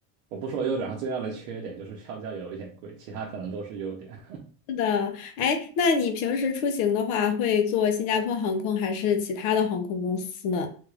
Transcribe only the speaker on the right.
我不说优点，它最大的缺点就是票价有一点贵，其他可能都是优点。